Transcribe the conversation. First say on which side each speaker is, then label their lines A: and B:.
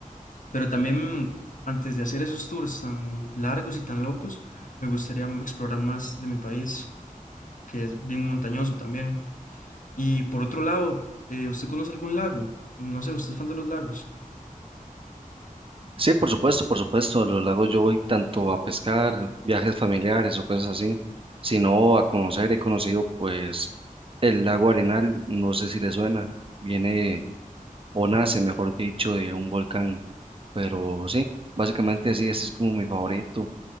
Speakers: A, on the left; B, on the right.
A: pero también antes de hacer esos tours tan largos y tan locos, me gustaría explorar más de mi país, que es bien montañoso también. Y por otro lado, eh, ¿usted conoce algún lago? No sé, ¿usted es fan de los lagos?
B: Sí, por supuesto, por supuesto. A los lagos yo voy tanto a pescar, viajes familiares o cosas así, sino a conocer. He conocido pues el lago Arenal, no sé si le suena, viene o nace, mejor dicho, de un volcán, pero sí, básicamente así, ese es como mi favorito.